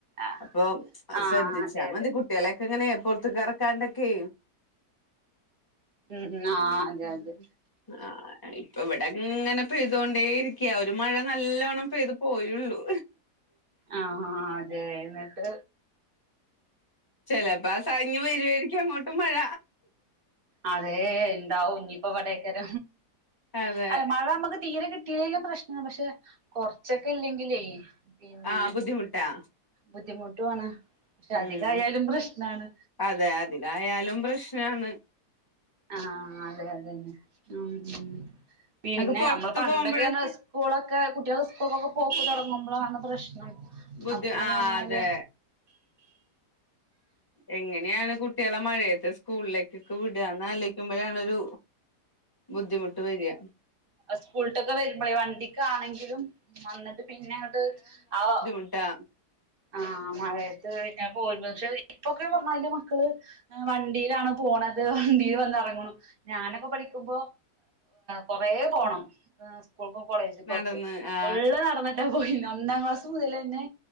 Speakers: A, on the right; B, on the left.
A: ആഹ്
B: അപ്പൊ
A: ആഹ്
B: ശ്രദ്ധിച്ചാ
A: അതെ
B: മതി
A: അതെ
B: കു കുട്ട്യാളെക്കെ ഇങ്ങനെ പൊർത്ത്ക്ക് എറക്കാണ്ടൊക്കെ
A: ഉം ആഹ് അതെ
B: ഉം
A: അതെ
B: ആഹ് ഇപ്പ ഇവടെ ഇങ്ങനെ പെയ്തോണ്ടേ ഇരിക്കാ ഒര് മഴ നല്ലോണ്ണം പെയ്ത് പോയെ ഒള്ളു
A: ആഹ് അതെ ഇന്നട്ട്
B: ചെലപ്പൊ ആഹ് <unintelligible> അങ്ങോട്ടും മഴ
A: അതെ ഇണ്ടാവും പ്പ വടേക്കര
B: അതെ
A: അല്ല മഴ നമ്മക്ക് തീരെ കിട്ടീല്ലെങ്കിലും പ്രശ് ആഹ് പക്ഷേ കൊർചൊക്കെ ഇല്ലെങ്കിലെ പിന്നെ
B: ആ ബുദ്ധിമുട്ടാ
A: ബുദ്ധിമുട്ടുവാണ് പക്ഷെ
B: ഉം
A: അധികയാലും പ്രശ്നാണ്
B: അതെ അതികായാലും പ്രശ്നാണ്
A: ആഹ് അതെ അതെന്നെ ഉം പിന്നെ
B: അതൊക്കെ പൊറത്ത്
A: ഞമ്മള് പണ്ടൊക്കെ
B: പോകുമ്പോഴൊക്കെ
A: പർഞാ സ് സ്കൂളൊക്കെ കുട്ട്യാള് സ്കൂൾ കൊക്കെ പോവുമ്പം തൊടങ്ങുംമ്പളാണ് പ്രശ്നം
B: ബുദ്ധി
A: അപ്പോ
B: ആ
A: ന്നർഞ്ഞാല്
B: അതെ എങ്ങനെണ് കുട്ട്യാളെ മഴേത്ത് സ്കൂളിലെകൊക്കെ വിടാന്ന് ആലയ്ക്കുമ്പഴാണൊ ഒരു ബുദ്ധിമുട്ട് വെരാ
A: സ്കൂൾട്ടൊക്കെ വരുമ്പളെ വണ്ടിക്ക് ആണെങ്കിലും വന്ന്ട്ട് പിന്നെ ഇങ്ങട്ട് ആഹ്
B: ട്ടാ
A: ആഹ് മഴയത്ത് പിന്നെ പോയി പക്ഷെ ഇപ്പൊക്കെ പർഞ്ഞാല് മക്കള് വണ്ടീലാണ് പോണത് വണ്ടീല് വന്ന് എറങ്ങ്ണു ഞാനൊക്കെ പഠിക്കുമ്പൊ കൊറെ പോണം സ്കൂൾക്കും കോളേജ്കൊക്കെ
B: നടന്ന് ആ
A: ഫുള്ള് നടന്ന്ട്ടാ പോയിന്നെ ഒന്നാം ക്ലാസ് മുതലെന്നെ